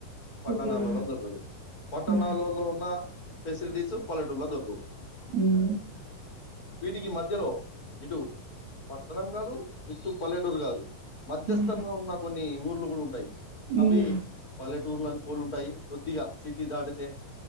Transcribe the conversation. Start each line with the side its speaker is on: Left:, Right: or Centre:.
Left: పట్టణాలలో
Right: సిటీలో
Left: దొరకదు పట్టణాలలో
Right: హ్మ్.
Left: ఉన్న ఫెసిలిటీస్ పల్లెటూర్ లో దొరకవ్
Right: హ్మ్.
Left: వీటికి మధ్యలో ఇటు పట్టణం కాదు ఇట్టు పల్లెటూర్గాదు మధ్యస్థంగా
Right: హ్మ్.
Left: ఉన్న కొన్ని ఊర్లు కూడా ఉంటాయి
Right: హ్మ్.
Left: అవి పల్లె టూర్ పోలుంటాయి కొద్దిగా సిటీ దాటితే